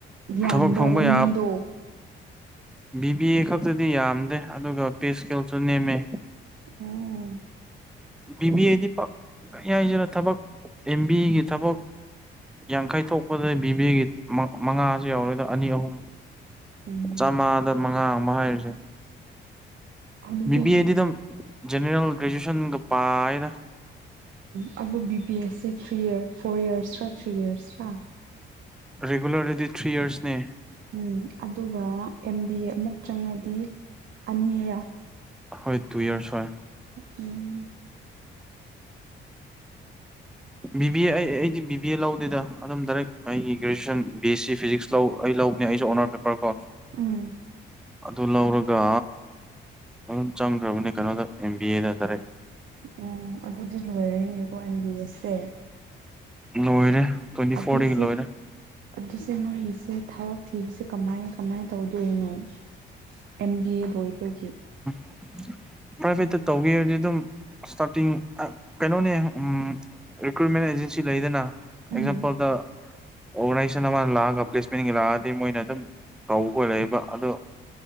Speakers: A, on the right; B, in the centre.
A: ꯌꯥꯝꯕ꯭ꯔꯥ
B: ꯊꯕꯛ ꯐꯪꯕ
A: ꯂꯝꯕꯤꯗꯣ
B: ꯌꯥ ꯕꯤ ꯕꯤ ꯑꯦ ꯈꯛꯇꯗꯤ ꯌꯥꯝꯗꯦ ꯑꯗꯨꯒ ꯄꯦꯁꯀꯦꯜꯁꯨ ꯅꯦꯝꯃꯦ
A: ꯑꯣ
B: ꯕꯤꯕꯤꯗꯤ ꯄ ꯌꯥꯏꯁꯤꯔꯥ ꯊꯕꯛ ꯑꯦꯝ ꯕꯤꯒꯤ ꯊꯕꯛ ꯌꯥꯡꯈꯩ ꯊꯣꯛꯄꯗꯗꯤ ꯕꯤꯕꯦꯒꯤ ꯃꯉꯥꯁꯨ ꯌꯥꯎꯔꯣꯏꯗ ꯑꯅꯤ ꯑꯍꯨꯝ
A: ꯎꯝ
B: ꯆꯥꯝꯃꯉꯥꯗ ꯃꯉꯥ ꯑꯃ ꯍꯥꯏꯔꯤꯁꯦ
A: ꯑꯗꯨꯗꯤ
B: ꯕꯤ ꯕꯤ ꯑꯦꯗꯤ ꯑꯗꯨꯝ ꯖꯦꯅꯦꯔꯦꯜ ꯒ꯭ꯔꯦꯖꯨꯌꯦꯁꯟꯒ ꯄꯥꯏꯅ
A: ꯑꯕꯨ ꯊ꯭ꯔꯤꯔ ꯐꯣꯔ ꯏꯔꯁ ꯊ꯭ꯔꯤ ꯏꯔꯁ ꯔ
B: ꯔꯦꯒꯨꯂꯔ ꯑꯗꯨꯗꯤ ꯊ꯭ꯔꯤ ꯏꯔꯁꯅꯦ
A: ꯎꯝ ꯑꯗꯨꯒ ꯑꯦꯝ ꯕꯤ ꯑꯦ ꯑꯃꯨꯛ ꯆꯪꯉꯗꯤ ꯑꯅꯤꯔꯥ
B: ꯍꯣꯏ ꯇꯨ ꯏꯔꯁ ꯍꯔ
A: ꯎꯝ
B: ꯕꯤ ꯕꯤ ꯑꯦ ꯑꯩ ꯑꯩꯗꯤ ꯕꯤ ꯕꯤ ꯑꯦ ꯂꯧꯗꯦꯗ ꯑꯗꯨꯝ ꯗꯥꯏꯔꯦꯛ ꯑꯩꯒꯤ graduation B S C physics ꯂꯧ ꯑꯩ ꯂꯧꯕꯅꯦ ꯑꯩꯁꯨ ꯑꯣꯅꯔ ꯄꯦꯄꯔ ꯀꯣ
A: ꯎꯝ
B: ꯑꯗꯨ ꯂꯧꯔꯒ ꯑꯗꯨꯝ ꯆꯪꯈ꯭ꯔꯕꯅꯤ ꯀꯩꯅꯣꯗ ꯑꯦꯝ ꯕꯤ ꯑꯦꯗ ꯗꯥꯔꯦꯠ
A: ꯎꯝ ꯑꯗꯨꯗꯤ ꯂꯣꯏꯔꯦꯅꯦꯀꯣ ꯑꯦꯝ ꯕꯤ ꯑꯦꯁꯁꯦ
B: ꯂꯣꯏꯔꯦ ꯇ꯭ꯋꯦꯟꯇꯤ
A: ꯑꯗꯨꯁꯦ
B: ꯐꯣꯔꯗꯒꯤ ꯂꯣꯏꯔꯦ
A: ꯑꯗꯨꯁꯦ ꯃꯣꯏ ꯌꯦꯁꯦ ꯊꯥꯎ ꯊꯤꯕꯁꯦ ꯀꯃꯥꯏ ꯀꯃꯥꯏꯅ ꯇꯧꯗꯣꯏꯅꯣ ꯑꯦꯝ ꯕꯤ ꯑꯦꯗꯣꯏꯕꯒꯤ
B: <inaudible> ꯄ꯭ꯔꯥꯏꯚꯦꯠꯇ ꯇꯧꯈꯤꯕꯔꯗꯤ ꯑꯗꯨꯝ ꯏꯁꯇꯥꯔꯇꯤꯡ ꯀꯩꯅꯣꯅꯦ ꯎ ꯔꯤꯀ꯭ꯔꯨꯏꯃꯦꯟ ꯑꯦꯖꯁꯤ ꯂꯩꯗꯅ
A: ꯎꯝ
B: ꯑꯦꯛꯖꯥꯝꯄꯜꯗ ꯑꯣꯔꯒꯅꯥꯏꯖꯦꯁꯟ ꯑꯃꯅ ꯂꯥꯛꯑꯒ ꯄ꯭ꯂꯦꯁꯃꯦꯟꯒꯤ ꯂꯥꯛꯑꯗꯤ ꯃꯣꯏꯅ ꯑꯗꯨꯝ ꯇꯧꯕ ꯈꯂꯛꯏꯕ ꯑꯗꯣ